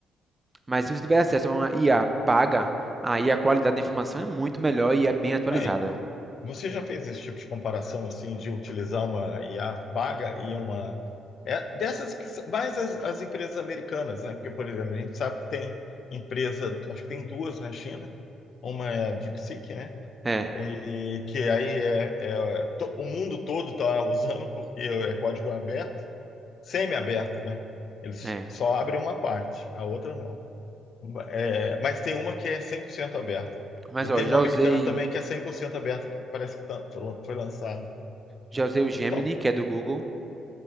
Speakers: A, on the right; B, on the left.
A: Mas se você tiver acesso a uma IA paga, aí a qualidade da informação é muito melhor e é bem atualizada.
B: Aí, você já fez esse tipo de comparação assim de utilizar uma IA paga e uma é, dessas que são mais as, as empresas americanas, né? Porque, por exemplo, a gente sabe que tem empresa, acho que tem duas na China, uma é a DeepSeek, né?
A: É,
B: E que aí é, é to- o mundo todo está usando porque é código aberto. semi-aberto, né? Eles
A: é.
B: só abrem uma parte, a outra não. É, mas tem uma que é 100% aberta.
A: Mas
B: E
A: ó,
B: tem
A: já
B: uma americana
A: usei,
B: também que é 100% aberta, que parece que tá- foi lançada.
A: já usei o Gemini,
B: Então,
A: que é do Google.